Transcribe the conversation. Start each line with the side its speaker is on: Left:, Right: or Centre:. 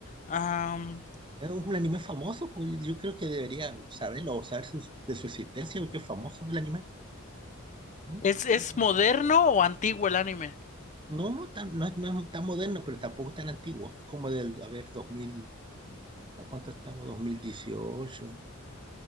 Left: Am,
Right: Sí. Es un anime famoso, pues yo creo que debería saberlo o saber su- de su existencia, porque es famoso el anime. ¿Mm?
Left: ¿es,
Right: Sí,
Left: es moderno o antiguo el anime?
Right: no, no, tan- no, es, no es tan moderno, pero tampoco es tan antiguo, como del, a ver, dos mil ¿a cuánto estamos? dos mil dieciocho